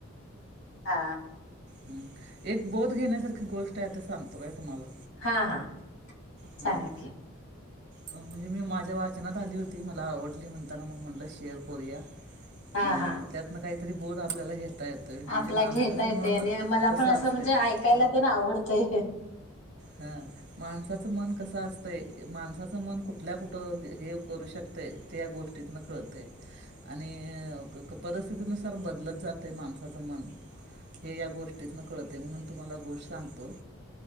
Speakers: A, on the left (about 90°); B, on the right (about 50°).
A: हा.
B: हम एक बोध घेण्यासारखी गोष्ट आहे ते सांगतो काय तुम्हाला,
A: हा हा
B: हां
A: सांगा कि,
B: म्हणजे मी माझ्या वाचनात आली होती, मला आवडली म्हणताना मग म्हटलं शेअर करूया, अं,
A: हा हा.
B: त्यातनं काहीतरी बोध आपल्याला घेता येतो. आहे म्हणजे
A: आपला
B: माणसाचं
A: घेता येते
B: मन
A: आणि मला
B: कसं
A: पण असं
B: असते
A: म्हणजे ऐकायला ते ना आवडतय.
B: हा माणस मन कसं असतंय माणसाचं मन कुठल्या कुठ हे करू शकतंय. त्या गोष्टीत ना कळतय. आणि परिस्थितीनुसार बदलत जातं माणसाचं मन. हे या गोष्टीतन कळते म्हणून तुम्हाला गोष्ट सांगतो.